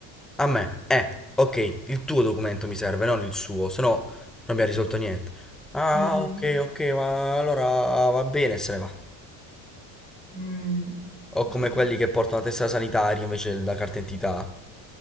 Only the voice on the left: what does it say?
Mm.
Mm.
No,